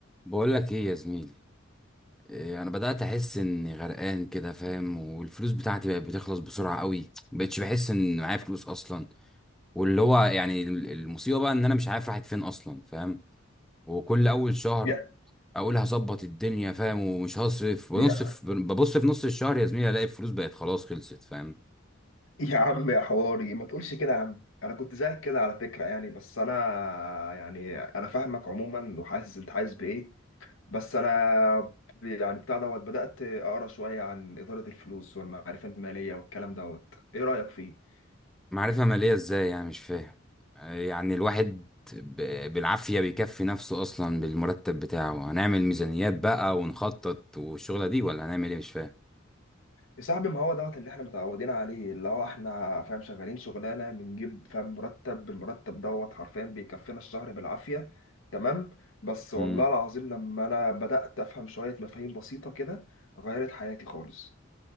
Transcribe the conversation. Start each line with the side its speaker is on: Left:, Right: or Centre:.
Centre: بقول لك ايه يا زميلي إيه انا بدات احس اني غرقان كده فاهم والفلوس بتاعتي بقت بتخلص بسرعه قوي مبقتش بحس ان معايا فلوس اصلا واللي هو يعني ال- المصيبه بقى ان انا مش عارف راحت فين اصلا فاهم وكل اول شهر
Left: يا
Centre: اقول هظبط الدنيا فاهم ومش هصرف ونصف
Left: يا
Centre: ببص في نص الشهر يا زميلي الاقي الفلوس بقت خلاص خلصت فاهم
Left: يا عم يا حواري ما تقولش كده يا عم انا كنت زيك كده على فكره يعني بس انا يعني انا فاهمك عموما وحاسس انت عايز بايه بس انا ب- يعني بتاع دوت بدات اقرا شويه عن اداره الفلوس والمعرفه الماليه والكلام دوت ايه رايك فيه
Centre: معرفة مالية ازاي يعني مش فاهم آه، يعني الواحد ب- بالعافية بيكفي نفسه أصلا بالمرتب بتاعه هنعمل ميزانيات بقى ونخطط والشغلة دي ولا هنعمل ايه مش فاهم
Left: يا صاحبي ما هو دوت اللي احنا متعودين عليه اللي هو احنا فاهم شغالين شغلانه بنجيب فاهم مرتب بالمرتب دوت حرفيا بيكفينا الشهر بالعافيه تمام بس والله
Centre: مم.
Left: العظيم لما انا بدأت افهم شويه مفاهيم بسيطه كده غيرت حياتي خالص